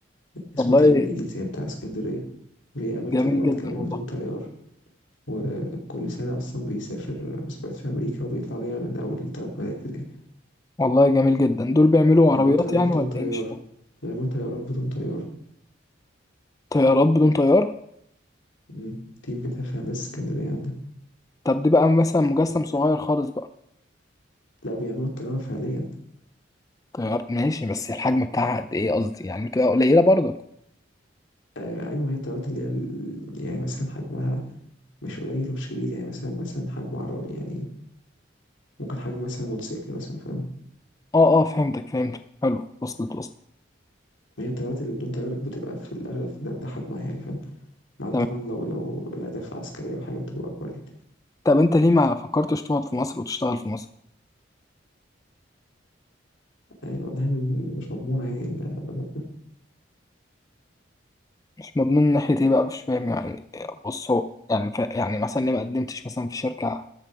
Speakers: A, on the left (about 85°); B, on the left (about 20°).
A: اسمه
B: والله
A: تيم ايجلز هي بتاع اسكندرية بيعمل
B: جميل
A: طيارات
B: جدا
A: كمان
B: والله
A: بدون طيار وكل سنة أصلا بيسافر مسابقات في أمريكا وبيطلع دايما من أول تلات مراكز يعني
B: والله جميل جدا دول بيعملوا
A: بيعملوا
B: عربيات
A: طيارات
B: يعني
A: بدون
B: ولا
A: طيار
B: إيه مش فاهم
A: بيعملوا طيارات بدون طيار
B: طيارات بدون طيار
A: مم. تيم بتاع في هندسة اسكندرية عندنا
B: طب دي بقى مثلا مجسم صغير خالص بقى
A: لا بيعملوا الطيارة فعليا
B: طيار ماشي بس الحجم بتاعها قد إيه قصدي يعني بتبقى قليلة برضك
A: آه أيوة ما هي الطيارات اللي هي ال- يعني مثلا حجمها مش قليل ومش كبير يعني مثلا مثلا حجم عربي يعني ممكن حجم مثلا موتوسيكل مثلا فاهم
B: أه أه فهمتك فهمتك حلو وصلت وصلت
A: ما هي الطيارات اللي بدون طيار بتبقى في الأغلب ده, ده حجمها يعني فاهم ما عدا
B: تمام
A: طبعا لو لو الأهداف عسكرية أو حاجة بتبقى أكبر يعني
B: طب أنت ليه ما فكرتش تقعد في مصر وتشتغل في مصر؟
A: يعني والله ال- مش مضمونة يعني ال-
B: مش مضمون من ناحية إيه بقى مش فاهم يعني بص هو يعني ف... يعني مثلا ليه ما قدمتش مثلا في شركة